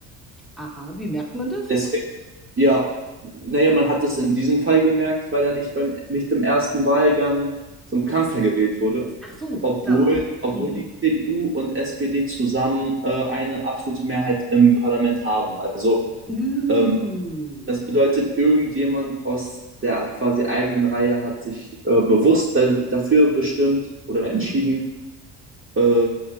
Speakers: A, in the centre; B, on the right.
A: Aha, wie merkt man das?
B: Deswegen, ja, naja, man hat es in diesem Fall gemerkt, weil er nicht beim, nicht im ersten Wahlgang zum Kanzler gewählt wurde,
A: Ach so,
B: obwohl,
A: ja.
B: obwohl
A: Mhm.
B: die CDU und SPD zusammen äh, eine absolute Mehrheit im Parlament haben. Also
A: Uh,
B: ähm, Das bedeutet, irgendjemand aus der quasi eigenen Reihe hat sich äh, bewusst da, dafür bestimmt oder
A: mhm.
B: entschieden, äh,